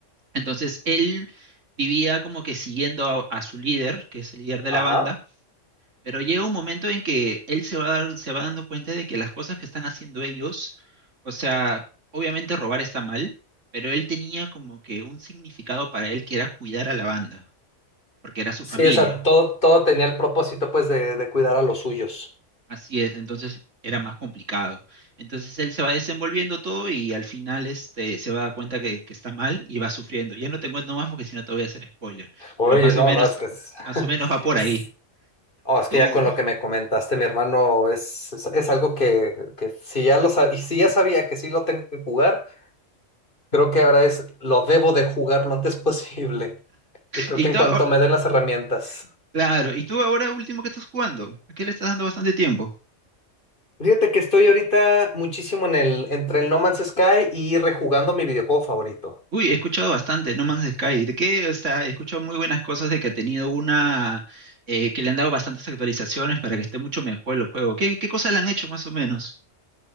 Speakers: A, on the right; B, on the left.
A: Entonces, él vivía como que siguiendo a, a su líder, que es el líder de
B: Ajá.
A: la banda pero llega un momento en que él se va, dar- se va dando cuenta de que las cosas que están haciendo ellos, o sea, obviamente robar está mal, pero él tenía como que un significado para él que era cuidar a la banda, porque era su
B: Sí,
A: familia.
B: o sea, todo, todo tenía el propósito, pues, de, de cuidar a los suyos.
A: Así es, entonces era más complicado. Entonces él se va desenvolviendo todo y al final este, se va a dar cuenta que, que está mal y va sufriendo. Ya no te cuento más porque si no te voy a hacer spoiler,
B: Oye,
A: pero más
B: no,
A: o menos,
B: no, es que es,
A: más
B: <laughs>
A: o menos va por
B: es-
A: ahí.
B: oh,
A: ¿Y
B: es
A: tú?
B: que ya con lo que me comentaste, mi hermano, es, es, es algo que, que si ya lo sa- y si ya sabía que sí lo tengo que jugar, Creo que ahora es, lo debo de jugar lo antes <laughs> posible. Yo creo
A: ¿Y
B: que
A: tú?
B: en cuanto me den las herramientas.
A: Claro, y tú ahora último que estás jugando, ¿a qué le estás dando bastante tiempo?
B: Fíjate que estoy ahorita muchísimo en el, entre el No Man's Sky y rejugando mi videojuego favorito.
A: Uy, he escuchado bastante No Man's Sky, de qué o sea, he escuchado muy buenas cosas de que ha tenido una, eh, que le han dado bastantes actualizaciones para que esté mucho mejor el juego. ¿Qué, qué cosas le han hecho más o menos?